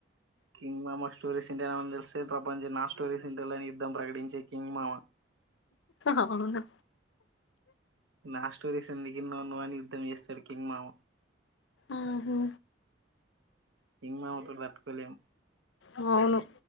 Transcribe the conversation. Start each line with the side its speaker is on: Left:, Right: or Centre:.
Right: కింగ్ మామ స్టోరీసింటేనం అని తెలిస్తే. ఈ ప్రపంచం నా స్టోరీస్ ఇంటలని యుద్ధం ప్రకటించే కింగ్ మావ.
Left: అవును
Right: నా స్టోరీస్ ఎందుకిన్నావ్ నువ్ అని యుద్ధం చేస్తాడు కింగ్ మావ
Left: ఆహ్ హు
Right: కింగ్ మావతో తట్కులేం
Left: అవును